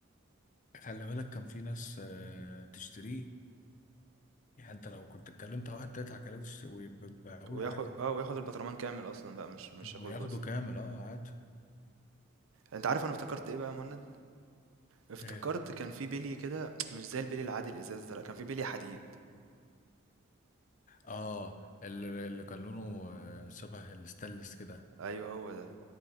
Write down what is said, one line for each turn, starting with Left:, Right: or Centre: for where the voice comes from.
Left: خلي بالك كان في ناس آه، تشتريه يعني انت لو كنت اتكلمت مع واحد تضحك عليه ويبيعوا
Right: وياخد
Left: له عادي
Right: اه وياخد البطرمان كامل اصلا بقى مش مش ياخد
Left: وياخده
Right: جزء
Left: كامل اه عادي
Right: انت عارف انا افتكرت ايه بقى يا مهند افتكرت
Left: ايه
Right: كان في بلي كده مش زي البلي العادي الازاز ده لا كان في بلي حديد
Left: اه اللي, اللي كان لونه آه، شبه الستانلس كده
Right: ايوه هو ده